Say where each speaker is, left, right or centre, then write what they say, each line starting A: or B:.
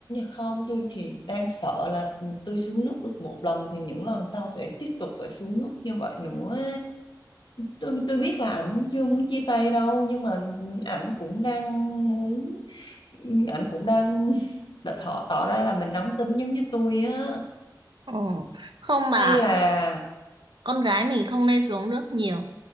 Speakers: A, on the left (about 80°); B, on the right (about 80°).
A: không tôi thì đang sợ là tôi xuống nước được một lần thì những lần sau sẽ tiếp tục phải xuống nước như vậy nữa tôi tôi biết là ảnh chưa muốn chia tay đâu nhưng mà ảnh cũng đang muốn ảnh cũng đang <laughs> đã thọ tỏ ra là mình nóng tính giống như tôi á
B: ừ, không
A: hay
B: bà
A: là
B: con gái mình không nên xuống nước nhiều